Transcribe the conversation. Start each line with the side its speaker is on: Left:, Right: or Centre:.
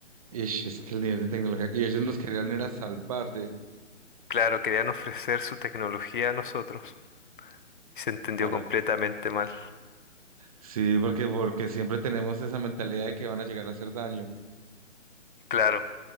Right: es que el nivel de tecnología, y ellos nos querían era salvar de,
Left: Claro, querían ofrecer su tecnología a nosotros y se entendió
Right: Para.
Left: completamente mal.
Right: Sí, porque, porque siempre tenemos esa mentalidad de que van a llegar a hacer daño,
Left: Claro.